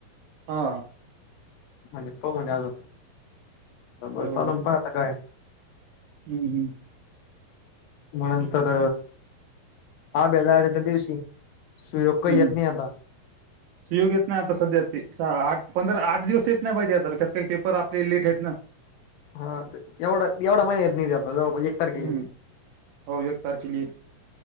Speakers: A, on the right (about 80°); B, on the left (about 80°).
A: हा
B: म्हणजे पाहू म्हणजे अजून बर
A: हो
B: चालल
A: का
B: आता काय
A: हम्म हम्म
B: म्हणंतर आब्या जायच्या त्या दिवशी सुयोग काही
A: हम्म
B: येत नाही आता
A: शिव घेत ना आता सध्या त आठ पंधरा आठ दिवस येत नाही पाहिजे आताच्यात काही पेपर आपले लेट आहेत ना.
B: हा एवढा एवढा महिना येत नि आपला जवळपास एक तारखे
A: हम्म
B: लि
A: हो एक तारखेला येईल